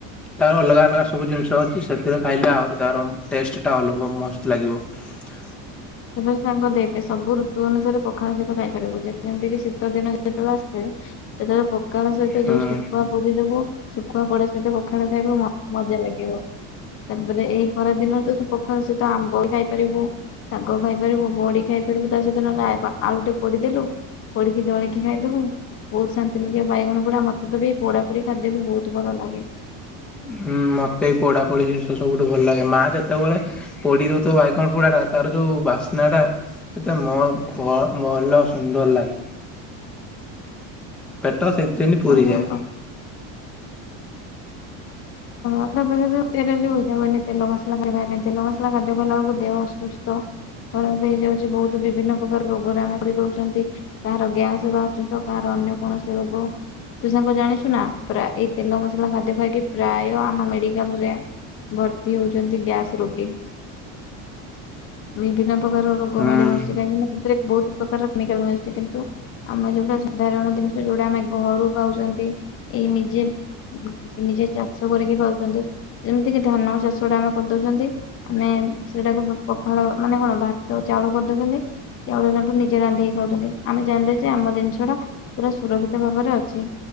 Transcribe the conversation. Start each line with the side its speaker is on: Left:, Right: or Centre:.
Centre: ତାର ଅଲଗା ଅଲଗା ସବୁ ଜିନିଷ ଅଛି ସେଥିରେ ଖାଇଲେ ଆହୁରି ତାର ଟେଷ୍ଟଟା ଅନୁଭବ ମସ୍ତ ଲାଗିବ। ହ <unintelligible>
Left: ସେଥିରେ ସାଙ୍ଗ ଦେଖେ ସବୁ ଋତୁ ଅନୁସାରେ ପଖାଳ ସେତ ଖାଇ ପାରିବୁ ଯେମିତିକି ଶୀତ ଦିନ ଯେତେବେଳେ ଆସେ ସେତେବେଳେ ପକାଳ ସହିତ
Centre: ହୁଁ।
Left: ଯୋଉ ଶୁଖୁଆ ପୋଡ଼ି ଦେବୁ ଶୁଖୁଆ ପୋଡା ସହିତ ପଖାଳ ଖାଇବୁ ମ ମଜା ଲାଗିବ। ତାପରେ ଏଇ ଖରାଦିନରେ ତୁ ତ ପଖାର ସହିତ ଆମ୍ବ ଖାଇପାରିବୁ। ଶାଗ ଖାଇପାରିବୁ, ବଡି ଖାଇପାରିବୁ, ତା ସହିତ ନହଲେ ଆ ଆ ଆଳୁ ଟେ ପୋଡ଼ିଦେଲୁ। ପୋଡ଼ିକି ଦଳିକି ଖାଇଦବୁ। ବହୁତ୍ ଶାନ୍ତି ଲାଗେ ବାଇଗଣ ପୋଡା ମତେ ତ ବି ପୋଡା ପୋଡି ଖାଦ୍ୟ ବି ବହୁତ୍ ଭଲ ଲାଗେ।
Centre: ହୁଁ ମତେ ପୋଡା ପୋଡି ଜିନିଷ ସବୁଠୁ ଭଲ ଲାଗେ ମା ଯେତେବେଳେ ପୋଡ଼ି ଦଉଥିବ ବାଇଗଣ ପୋଡାଟା ତାର ଯୋଉ ବାସ୍ନାଟା ସେଟା ମ ମ ମନ ସୁନ୍ଦର ଲାଗେ। ପେଟ ସେଇଥିରେନି ପୁରିଯାଏ।
Left: ହଁ। <unintelligible> ତେଲ ଯୋଉଚି ମୁଁ କହିନି ତେଲ ମସଲା ଖାଇ ଖାଇବା ପାଇଁ <unintelligible> ତେଲ ମସଲା ଖାଦ୍ୟ ଖାଇଲା ବେଳୁକୁ ଦେହ ଅସୁସ୍ଥ ଖରାପ ହେଇଯାଉଚି ବୋହୁତ ବିଭିନ୍ନ ପ୍ରକାର ରୋଗରେ ଆମେ ପିଡିତ ହୋଉଚନ୍ତି। କାହାର ଗ୍ୟାସ୍ ବାହାରୁଚିତ କାହାର ଅନ୍ୟ କୌଣସି ରୋଗ। ତୁ ସାଙ୍ଗ ଜାଣିଚୁ ନା ପ୍ରାୟ ଏଇ ତେଲ ମସଲା ଖାଦ୍ୟ ଖାଇକି ପ୍ରାୟ ଆମ ମେଡିକାଲରେ ଭର୍ତ୍ତି ହଉଚନ୍ତି ଗ୍ୟାସ୍ ରୋଗୀ। ବିଭିନ୍ନ ପ୍ରକାର ରୋଗ
Centre: ହୁଁ
Left: ମାଡି ବସିଲାଣି ନା ସେଥିରେ ବୋହୁତ ପ୍ରକାରାର କେମିକାଲ୍ ମିଶୁଚି କିନ୍ତୁ ଆମେ ଯୋଉଟା ସାଧାରଣ ଜିନିଷ ଯୋଉଟା ଆମେ ଘରୁ ପାଉଚନ୍ତି ଏଇ ନିଜେ <inaudible> ନିଜେ ଚାଷ କରିକି ପାଉଚନ୍ତି। ଯେମିତିକ ଧାନ ଚାଷଟା ଆମେ କରିଦଉଚନ୍ତି। ଆମେ ସେଟାକୁ ପ-ପଖାଳ ମାନେ କଣ ଭାତ ଚାଉଳ କରିଦଉଚନ୍ତି ଚାଉଳ ହେଲାଠୁ ନି ନିଜେ ରାନ୍ଧକି ଖାଉଚନ୍ତି। ଆମେ ଜାଣିଲେ ଯେ ଆମ ଜିନିଷଟା ପୁରା ସୁରକ୍ଷିତ ଭାବରେ ଅଛି,